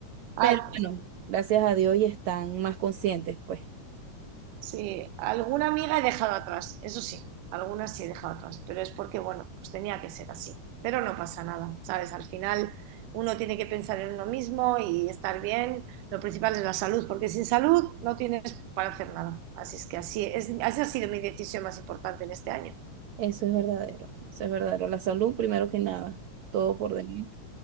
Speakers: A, on the right; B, on the right.
A: Al-
B: Pero bueno, gracias a Dios y están más conscientes, pues.
A: Sí, alguna amiga he dejado atrás, eso sí, algunas sí he dejado atrás, pero es porque, bueno, pues tenía que ser así. Pero no pasa nada, ¿sabes? Al final uno tiene que pensar en uno mismo y estar bien. Lo principal es la salud, porque sin salud no tienes para hacer nada. Así es que así es, así ha sido mi decisión más importante en este año.
B: Eso es verdadero, eso es verdadero. La salud primero que nada, todo por delante.